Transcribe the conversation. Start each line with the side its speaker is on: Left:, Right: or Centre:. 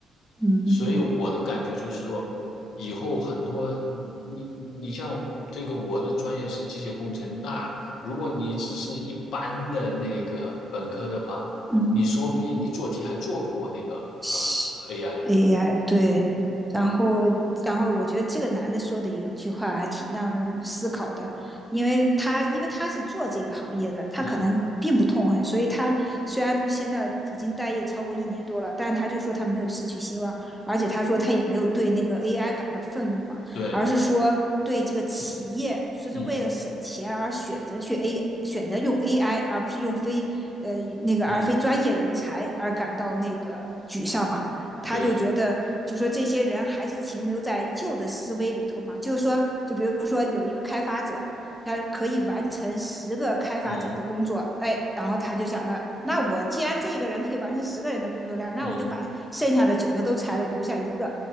Centre: 嗯
Left: 所以我的感觉就是说，以后很多你你你像这个我的专业是机械工程，那如果你只是一般的那个本科的话，
Centre: 嗯
Left: 你说不定你做题还做不过那个呃
Centre: 是
Left: AI，
Centre: AI 对，然后然后我觉得这个男的说的一句话还挺让人思考的，因为他因为他是做这个行业的，他可能并不痛恨，
Left: 嗯。
Centre: 所以他虽然不是现在已经待业超过一年多了，但他就说他没有失去希望，而且他说他也没有对那个 AI 感到愤怒嘛，
Left: 对。
Centre: 而是说对这个企业说是为了省钱而选择去
Left: 嗯
Centre: A 选择用 AI 而不是用非呃那个而非专业人才而感到那个沮丧嘛。
Left: 嗯，
Centre: 他就觉得，
Left: 对，
Centre: 就说这些人还是停留在旧的思维里头嘛。就是说，就比如说有一个开发者，他可以完成十个开发者的工作，
Left: 嗯
Centre: 哎，然后他就想着，那我既然这个人可以完成十个人的工作量，那我就把剩下的九个都裁了，
Left: 嗯
Centre: 留下一个，